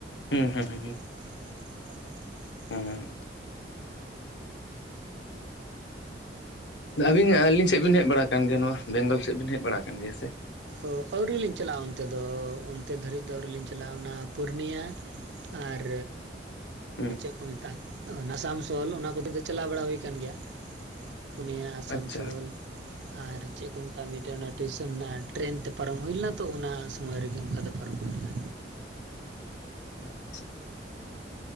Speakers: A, on the left (about 80°); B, on the right (about 75°).
A: ᱦᱩᱸ ᱦᱩᱸ ᱦᱩᱸ
B: ᱳᱭᱮᱥᱴ ᱵᱮᱝᱜᱚᱞ ᱨᱮᱱ ᱥᱮ ᱵᱟᱝ <unintelligible>
A: ᱦᱮᱸ ᱟᱹᱵᱤᱱ ᱟᱹᱞᱤᱧ ᱥᱮᱫ ᱵᱤᱱ ᱦᱮᱡ ᱵᱟᱲᱟ ᱠᱟᱱ ᱜᱮᱭᱟ ᱱᱚᱣᱟ ᱵᱮᱝᱜᱚᱞ ᱥᱮᱫ ᱵᱮᱱ ᱦᱮᱡ ᱵᱟᱲᱟ ᱟᱠ ᱜᱮᱭᱟ ᱥᱮ?
B: ᱚ ᱟᱹᱣᱨᱨᱤ ᱞᱤᱧ ᱪᱟᱞᱟᱜᱼᱟ ᱚᱱᱛᱮ ᱫᱚ ᱚᱱᱛᱮ ᱫᱷᱟᱹᱨᱤᱡ ᱫᱚ ᱟᱹᱣᱨᱤ ᱞᱤᱧ ᱪᱟᱞᱟᱜᱼᱟ ᱚᱱᱟ ᱯᱩᱨᱩᱱᱤᱭᱟ ᱾ ᱟᱨ
A: ᱦᱩᱸ
B: ᱪᱮᱫ ᱠᱚ ᱢᱮᱛᱟᱜ ᱟᱥᱟᱱᱥᱳᱞ ᱚᱱᱟ ᱠᱚᱨᱮ ᱫᱚ ᱪᱟᱞᱟᱣ ᱵᱟᱲᱟ ᱦᱩᱭ ᱠᱟᱱ ᱜᱮᱭᱟ ᱯᱩᱱᱭᱟ ᱾ ᱟᱥᱟᱱᱥᱳᱞ
A: ᱟᱪᱪᱷᱟ
B: ᱟᱨ ᱪᱮᱫ ᱠᱚ ᱢᱮᱛᱟᱜᱼᱟ ᱢᱤᱫᱴᱮᱱ ᱴᱮᱥᱚᱱ ᱦᱮᱱᱟᱜᱼᱟ ᱴᱨᱮᱹᱱ ᱛᱮ ᱯᱟᱨᱚᱢ ᱦᱩᱭ ᱞᱮᱱᱟ ᱛᱚ ᱚᱱᱟ ᱥᱳᱢᱳᱭ ᱨᱮᱜᱮ ᱚᱱᱠᱟ ᱛᱮ ᱯᱟᱨᱚᱢ ᱦᱩᱭ ᱞᱮᱱᱟ ᱾
A: ᱟᱪᱪᱷᱟ